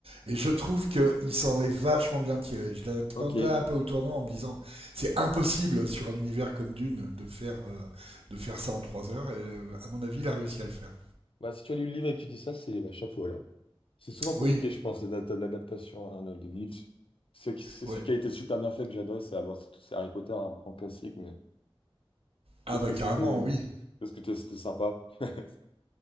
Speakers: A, on the right; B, on the left.
A: Et je trouve qu'il s'en est vachement bien tiré. Je l'attendais
B: ok.
A: un peu au tournant en me disant c'est impossible sur un univers comme Dune de faire, euh, de faire ça en trois heures. Et euh, à mon avis, il a réussi à le faire.
B: Bah, si tu as lu le livre et que tu dis ça, c'est bah, chapeau alors. C'est souvent compliqué,
A: Oui,
B: je pense, l'adap- l'adaptation à un autre livre. C'est qui- c'est
A: ouais.
B: celui qui a été super bien fait que j'adore, c'est ah, bon, c'est c'est Harry Potter, un grand classique, mais
A: Ah
B: qu'est-ce
A: bah
B: que
A: carrément,
B: c'était
A: oui.
B: qu'est-ce que t'es- c'était sympa. <laughs>